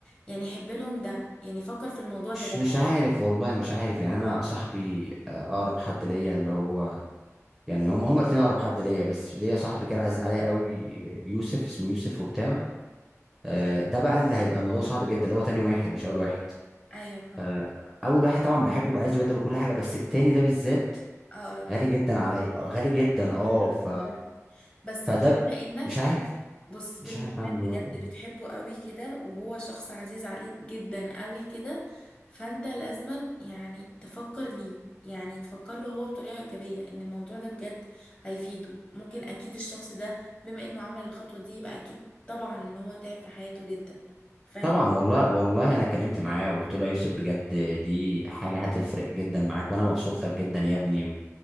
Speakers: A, on the left; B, in the centre.
A: يعني حب لهم ده يعني فكر في الموضوع ده بس
B: مش عارف والله مش عارف يعني انا صاحبي آه، اقرب حد ليا اللي هو يعني هم هم الاتنين اقرب حد ليا بس ليا صاحبي كده عايز عليا قوي يوسف اسمه يوسف وبتاع آه، ده بقى اللي هيبقى الموضوع صعب جدا اللي هو تاني واحد مش اول واحد
A: ايوه فاهم
B: آه، اول واحد طبعا بحبه وبعزه جدا وكل حاجه بس التاني ده بالذات
A: اقرب
B: غالي جدا
A: أنا
B: علي غالي جدا
A: بحب
B: اه ف
A: أفكر. بس
B: فده
A: طب بما
B: ب-
A: انك
B: مش عارف
A: بص بما
B: مش عارف
A: انك
B: اعمل
A: بجد
B: ايه والله
A: بتحبه قوي كده وهو شخص عزيز عليك جدا قوي كده فانت لازما يعني تفكر ليه يعني تفكر له هو بطريقة إيجابية ان الموضوع ده بجد هيفيده ممكن اكيد الشخص ده بما انه عمل الخطوة دي يبقى اكيد طبعا ان هو تعب في حياته جدا فاهم
B: طبعا والله والله انا اتكلمت معاه وقلت له يا يوسف بجد دي حاجه هتفرق جدا معاك وانا مبسوط لك جدا يا ابني و...